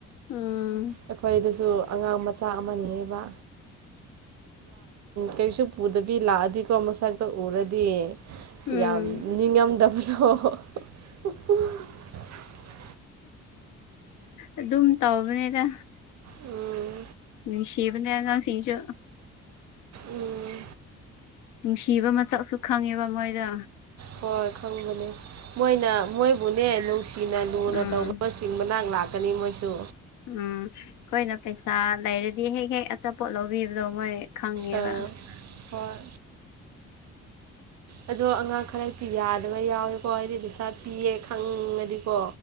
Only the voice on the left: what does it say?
ꯎꯝ
ꯎꯝ
ꯑꯗꯨꯝ ꯇꯧꯕꯅꯤꯗ
ꯕꯗ ꯌꯥꯉꯥꯡ ꯁꯤꯖ
ꯅꯨꯡꯁꯤꯕ ꯃꯆꯛꯁꯨ ꯈꯪꯉꯦꯕ ꯃꯣꯏꯗ
ꯎꯝ
ꯎꯝ ꯑꯩꯈꯣꯏꯅ ꯄꯩꯁꯥ ꯂꯩꯔꯗꯤ ꯍꯦꯛ ꯍꯦꯛ ꯑꯆꯥꯄꯣꯠ ꯂꯧꯕꯤꯕꯗꯣ ꯃꯣꯏ ꯈꯪꯕ
<inaudible>